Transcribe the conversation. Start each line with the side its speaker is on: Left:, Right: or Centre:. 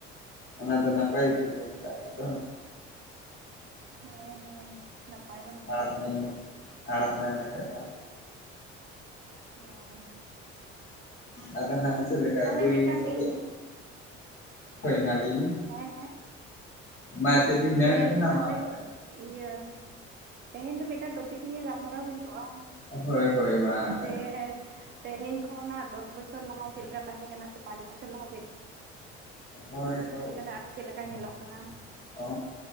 Left: ᱚᱱᱟ ᱫᱚ ᱱᱟᱯᱟᱭ ᱜᱮ ᱛᱮ ᱠᱚ ᱢᱮᱛᱟᱜ ᱜᱮᱛᱚ
Right: ᱦᱮᱸ ᱦᱮᱸ ᱱᱟᱯᱟᱭ ᱫᱚ ᱱᱟᱯᱟᱭ
Left: ᱟᱲᱟᱜ
Right: ᱜᱮᱭᱟ
Left: ᱢᱮᱱ ᱟᱲᱟᱜ ᱢᱮᱱ ᱞᱮᱠᱷᱟᱡ ᱫᱚ
Right: ᱦᱳᱭ
Left: ᱟᱫᱚ ᱦᱟᱸᱜ ᱪᱮᱫ ᱞᱮᱠᱟ
Right: ᱛᱟᱦᱚᱞᱮ
Left: <inaudible>
Right: ᱢᱤᱫᱴᱟᱝ
Left: ᱥᱮᱫᱮᱫ
Right: ᱤᱧ
Left: ᱦᱳᱭ ᱢᱟ ᱞᱟᱹᱭ ᱵᱤᱱ,
Right: ᱦᱮᱸ ᱦᱮᱸ
Left: ᱢᱟ ᱪᱮᱫ ᱵᱤᱱ ᱢᱮᱱᱮᱫ
Right: ᱞᱟᱹᱭ
Left: ᱛᱟᱦᱮᱱᱟ
Right: ᱟᱹᱞᱤᱧ ᱛᱟᱦᱚᱞᱮ
Left: ᱢᱟ ᱢᱟᱨᱟᱝ
Right: ᱤᱭᱟᱹ ᱛᱮᱦᱮᱧ ᱫᱚ ᱢᱤᱫᱴᱟᱝ ᱴᱚᱯᱤᱠ ᱱᱤᱭᱮ ᱜᱟᱞᱢᱟᱨᱟᱣ ᱦᱩᱭ ᱠᱚᱜᱼᱟ
Left: ᱦᱳᱭ ᱦᱳᱭ ᱢᱟ
Right: ᱡᱮ ᱛᱮᱦᱮᱧ ᱠᱷᱚᱱᱟᱜ ᱫᱚᱥ ᱵᱚᱪᱷᱚᱨ ᱞᱟᱦᱟ ᱪᱮᱫᱞᱮᱠᱟ ᱛᱟᱦᱮᱸᱠᱟᱱᱟ ᱥᱮ ᱯᱟᱸᱪ ᱵᱚᱪᱷᱚᱨ ᱞᱟᱦᱟ ᱪᱮᱫᱞᱮᱠᱟ
Left: ᱦᱳᱭ ᱦᱳᱭ
Right: ᱛᱟᱦᱮᱸ ᱠᱟᱱᱟ ᱟᱨ ᱪᱮᱫ ᱞᱮᱠᱟ ᱧᱮᱞᱚᱜ ᱠᱟᱱᱟ
Left: ᱚ